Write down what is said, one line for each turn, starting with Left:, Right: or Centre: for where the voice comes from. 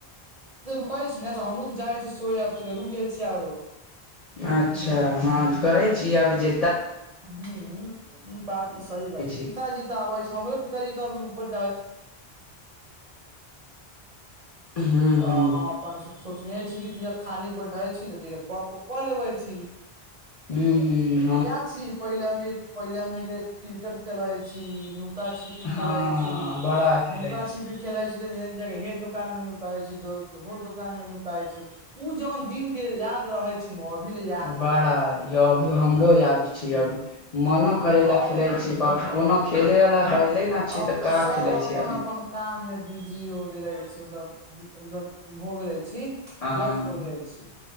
Right: कहै छी ने तऽ हमूँ जाइ छी सोय आब रुकि जाइ छी आरो
Left: अच्छा हँ तऽ करै छी अभी ज
Right: हूँ ई बात तऽ सही बात छै
Left: <unintelligible>
Right: पिताजी आबै छै हमरे पिताजी तऽ ऊपर
Left: हूँ
Right: त
Left: हूँ
Right: हाँ अपन सोचने छी कि त खाली बैठै छी त गप कऽ लेबै छी
Left: हू हू।
Right: इएह छी पहिले हम पहिले हम क्रिकेट खेलाइ छी नू नुका छिपी खेलाइ
Left: हँ
Right: छी
Left: बड़ा खेलै
Right: नुका
Left: छी
Right: छिपी खेलाइ छी तऽ दोकानमे नुकाइ छै दौर के ओ दोकानमे नुकाइत छी ओ जन दिन के याद रहैत छै अभी लेय
Left: बड़ा य हमरो याद
Right: हूँ।
Left: छीयै अभी मनो करे
Right: अब
Left: छै खेले
Right: हूँ
Left: तऽ, खेले वाला हेले नहि छैय
Right: अब
Left: तऽ कऽ
Right: सब
Left: खेला
Right: अपन
Left: छै
Right: अपन काम मे बिजी हो गेले छी मतलब मतलब होगइल छी
Left: हँ
Right: व्यस्त भ गेले छी